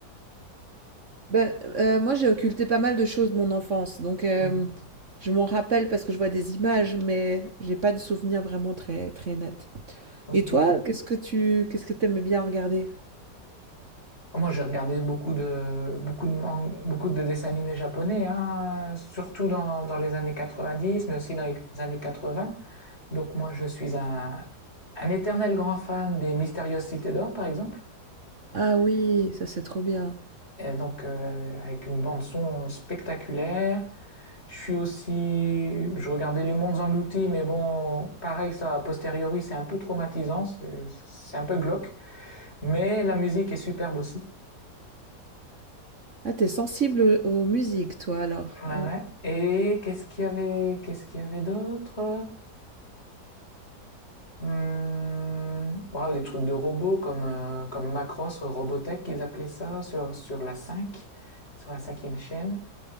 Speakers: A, on the right; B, on the left.
A: Ben, heu, moi, j'ai occulté pas mal de choses de mon enfance, donc hem,
B: Hmm.
A: je m'en rappelle parce que je vois des images, mais j'ai pas de souvenirs vraiment très très nets.
B: Aussi.
A: Et toi, qu'est-ce que tu qu'est-ce que t'aimes bien regarder?
B: Ah, Moi, j'ai regardé beaucoup de, beaucoup de man- beaucoup de dessins animés japonais, hein, surtout dans, dans les années 90, mais aussi dans les années 80. Donc moi, je suis un, un éternel grand fan des Mystérieuses Cités d'Or, par exemple.
A: Ah oui, ça, c'est trop bien.
B: Et donc, euh, avec une bande son spectaculaire. Je suis aussi, je regardais Les Mondes Engloutis, mais bon, pareil, ça, a posteriori, c'est un peu traumatisant, c'est c'est un peu glauque. Mais la musique est superbe aussi.
A: Ah, t'es sensible aux aux musiques, toi, alors?
B: Ouais,
A: Ouais.
B: ouais. Et qu'est-ce qu'il y avait, qu'est-ce qu'il y avait d'autre? Hum, ouais, des trucs de robots comme, euh, comme Macross, Robotech, qu'ils appelaient ça, sur, sur la 5, sur la cinquième chaîne.